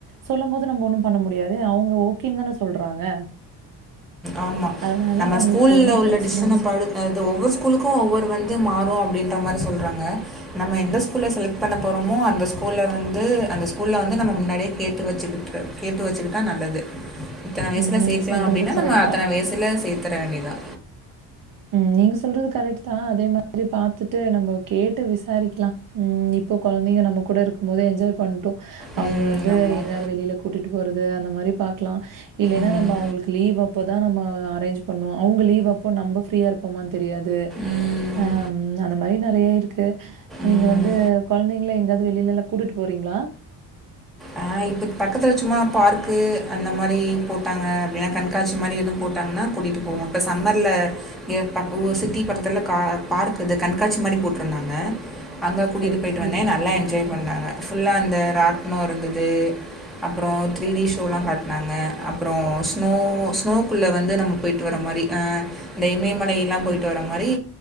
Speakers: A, on the right (about 50°); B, in the centre.
A: சொல்லும் போது நம்ம ஒண்ணும் பண்ண முடியாது அவுங்க ஓகே தானா சொல்றாங்க
B: ஆமா
A: அதனால
B: நம்ம
A: நம்மளுக்கு
B: ஸ்கூல்ல
A: ஒண்ணும்
B: உள்ள
A: பிரச்சன
B: டிசிஷன்
A: இல்ல.
B: பா அது ஒவ்வொரு ஸ்கூலுக்கு ஒவ்வொரு வந்து மாறு அப்டின்ற மாரி சொல்றாங்க நம்ம எந்த ஸ்கூல்ல செலக்ட் பண்ண போறோமோ அந்த ஸ்கூல்ல வந்து அந்த ஸ்கூல்ல வந்து நம்ம முன்னாடியே கேட்டு வச்சுக்கிட்டுரு கேட்டு வச்சுக்கிட்டா நல்லது இத்தன வயசில
A: ம். நீங்க
B: சேக்லா
A: சொல்றது
B: அப்டின்னா
A: கரெக்ட்
B: நம்ம அத்தன
A: தான்.
B: வயசில சேத்தர வேண்டி தா
A: ம் நீங்க சொல்றது கரெக்ட் தா அதே மாரி பாத்துட்டு நம்ம கேட்டு விசாரிக்லா ம் இப்போ கொழந்தைங்க நம்ம கூட இருக்கும் போது என்ஜாய் பண்டு அவுங்க
B: ம்
A: வந்து
B: ஆமாம்
A: எங்காவது வெளில கூட்டிட்டு போறது அந்த மாரி பாக்லா இல்லைன்னா
B: ம்
A: நம்ம அவுங்களுக்கு லீவ் அப்பதா நம்ம அரேஞ்ச் பண்ணு அவுங்க லீவ்வு அப்போ நம்ம ஃப்ரீயா இருப்போமான் தெரியாது
B: ம்
A: அ ம் அந்த மாரி நறைய இருக்கு நீங்க
B: ம்
A: வந்து கொழந்தைங்கள எங்காது வெளிலலா கூட்டுட் போறீங்ளா
B: அ இப்போ பக்கத்துல சும்மா பார்க்கு அந்த மாரி போட்டாங்க அப்டின்னா கண்காட்சி மாரி எதும் போட்டாங்கன்னா கூட்டிட்டு போவோ இப்ப சம்மர்ல ஏ ப ஒ சிட்டி பக்கத்துல கா பார்க் இது கண்காட்சி மாரி போட்ருந்தாங்க அங்க கூட்டிட்டு
A: சரி,
B: போய்ட்டு
A: சரி.
B: வந்தே நல்லா என்ஜாய் பண்ணாங்க ஃபுல்லா அந்த ராட்ண இருந்தது. அப்றோ த்ரீ டி ஷோலா காட்னாங்க அப்றோ ஸ்னோ ஸ்னோக்குள்ள வந்து நம் ம போய்ட்டு வர்ற மாரி இந்த இமயமலையல்லா போயிட்டு வர மாரி